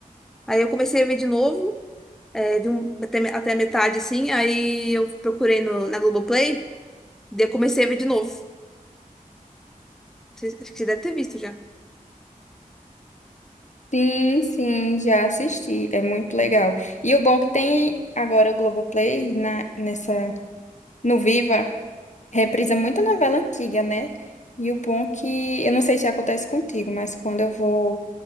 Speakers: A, in the centre; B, on the left.
A: aí eu comecei a ver de novo, é, vi um- até, até a metade assim, aí eu procurei no, na Globoplay, daí eu comecei a ver de novo. Você- Acho que você deve ter visto já.
B: Sim, sim, já assisti. É muito legal. E o bom que tem agora o Globoplay na, nessa, no Viva, reprisa muita novela antiga, né? E o bom que, eu não sei se acontece contigo, mas quando eu vou